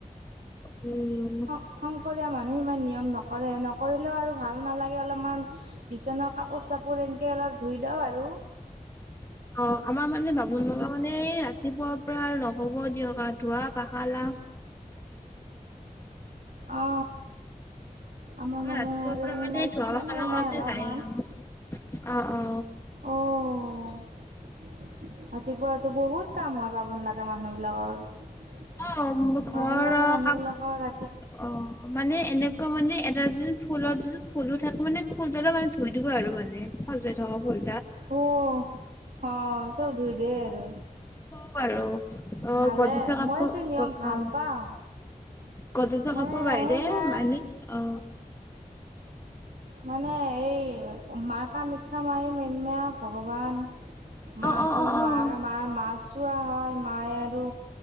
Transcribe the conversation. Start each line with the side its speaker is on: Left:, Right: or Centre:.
Left: উম
Right: শং শং মানুহে ইমান নিয়ম নকৰে নকৰিলেও আৰু ভাল নালাগে অলপমান বিচনা কাপোৰ চাপোৰ তেনেকে অলপ ধুই দওঁ আৰু
Left: অ আমাৰ মানে বামুণ লগা মানে ৰাতিপুৱা পৰা আৰু নহ'ব দিয়ক আৰু ধোৱা পাখালা <unintelligible>
Right: অ আমাৰ মানে
Left: ৰাতিপুৱাৰ
Right: আৰু
Left: পৰা
Right: সিমান
Left: মানে ধোৱা
Right: সিমান
Left: পখলা
Right: হেৰি
Left: কৰোতে
Right: নাই অলপমান
Left: যায় আৰু। অ অ
Right: অ ৰাতিপুৱাটো বহুত কাম হয় বামুন লাগা মানুহ বিলাকৰ ঘন
Left: অ', ঘৰৰ
Right: লগা মানুহ
Left: কাপ
Right: বিলাকৰ ৰাতি
Left: অ মানে এনেকুৱা মানে এটা যে ফুলত য ফুলো থাকো মানে ফুলডলপ মানে ধুই দিব আৰু মানে সজাই থকা ফুল
Right: উ অ চব ধুই দে আৰু
Left: চ বাৰু অ
Right: ভালে
Left: গ্ৰদেজৰ কাপোৰ
Right: মইতো নিয়ম ভাল
Left: অ
Right: পাওঁ
Left: গ্ৰদেজৰ
Right: মানে
Left: কাপোৰৰ
Right: সেইদিনা
Left: বাহিৰে মানে অ
Right: মানে এই মা কামাখ্যা মাই মেইন ন ভগৱান
Left: অ',
Right: মা
Left: অ',
Right: তোৰ
Left: অ', অ'।
Right: মা
Left: অ',
Right: মাৰ মাছ চোৱা হয় মায়ে আৰু